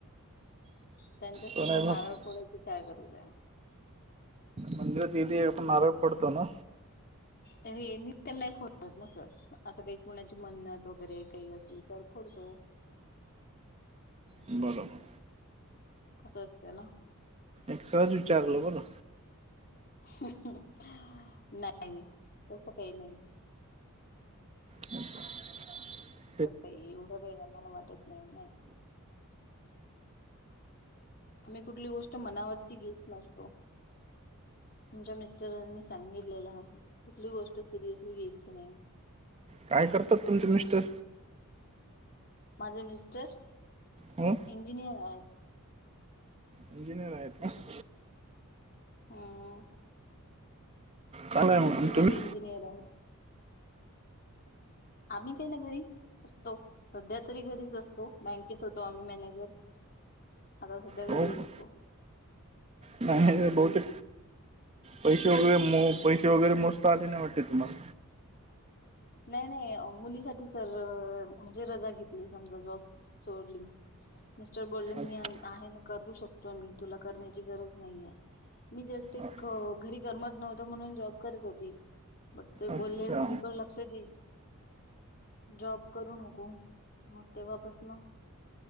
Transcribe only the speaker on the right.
तो नाही
मग
मंदिराच्या तथ आपण नारळ फोडतो ना
बरोबर
एक सहजच विचारलं बरं
अओक
काय करतात तुमचे मिस्टर
हो
इंजिनियर आहेत
चांगलं आहे मग
आणि तुम्ही
हो
का?
नाही नाही बहुते पैसे वगैरे मो पैसे वगैरे मोस्त आली नाही वाटते तुम्हाला
अ-
अ-
अच्छा